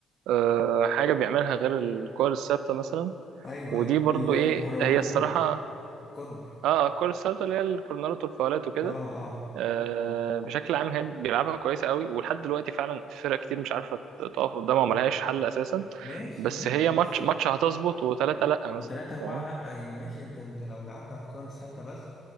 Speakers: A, on the right; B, on the left.
A: آه حاجة بيعملها غير الكور الثابتة مثلا
B: أيوه
A: ودي
B: أيوه
A: برضه
B: وال-
A: ايه
B: والكرة والكورنر
A: هي الصراحة
B: الكورنر
A: اه آه، الكور الثابتة اللي هي الكورنرات والفاولات وكده
B: اه اه
A: آه، بشكل عام هي بيلعبها كويسه قوي ولحد دلوقتي فعلا فرق كتير مش عارفه ت- تقف قدامها وملهاش حل اساسا
B: ماشي
A: بس
B: ماشي
A: هي ماتش
B: بس
A: ماتش هتظبط وثلاثه لا مثلا
B: وتلاتة أربعة
A: فاهم
B: لأ يعني ماشي أنت أنت لو لعبت على الكورة الثابتة بس